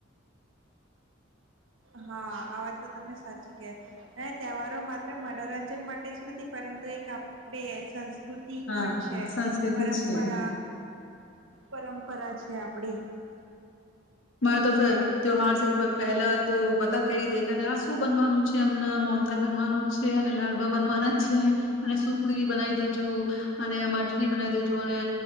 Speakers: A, on the right; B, on the left.
A: હા, આ વાત તો તમે સાચી. કે અને તહેવારો માત્ર મનોરંજન માટે જ નથી, પરંતુ એક આપણે <unintelligible> કૃતિ
B: હા
A: પણ છે,
B: સંસ્કૃતિ
A: પરંપરા
B: છીએ.
A: પરંપરા છે, આપડી.
B: મારે તો ત્યોહાર સે પહેલા તો બધા કહી દે, આ શું બનવાનું છે હમના. મોહનથાળ બનવાનું છે, અને લાડવા બનવાના છે, અને સુખડી બનાઈ દેજો, અને મઠરી બનાવઈ દેજો, અને